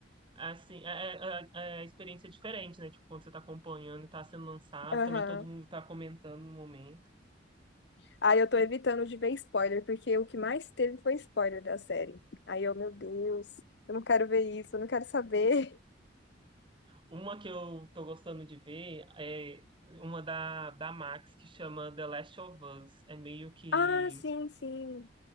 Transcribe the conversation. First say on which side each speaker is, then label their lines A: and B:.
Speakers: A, on the right; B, on the left.
A: Assim, é, é, é é experiência diferente, né? Tipo, quando você tá acompanhando e tá sendo lançado,
B: Aham.
A: também todo mundo tá comentando no momento.
B: Aí eu tô evitando de ver spoiler, porque o que mais teve foi spoiler da série. Aí eu, meu Deus, eu não quero ver isso, eu não quero saber. <laughs>
A: Uma que eu tô gostando de ver é uma da, da Max que chama The Last of Us. É meio que
B: Ah, sim, sim.